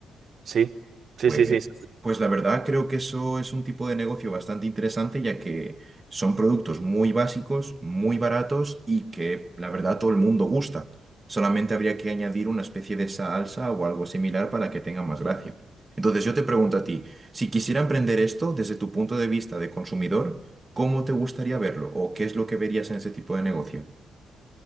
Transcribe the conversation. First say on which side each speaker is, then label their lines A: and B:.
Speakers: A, on the right; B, on the right.
A: Sí, sí,
B: Pues,
A: sí, sí. sí.
B: pues la verdad creo que eso es un tipo de negocio bastante interesante, ya que son productos muy básicos, muy baratos y que la verdad todo el mundo gusta. Solamente habría que añadir una especie de salsa o algo similar para que tenga más gracia. Entonces yo te pregunto a ti, si quisiera emprender esto desde tu punto de vista de consumidor, ¿cómo te gustaría verlo o qué es lo que verías en ese tipo de negocio?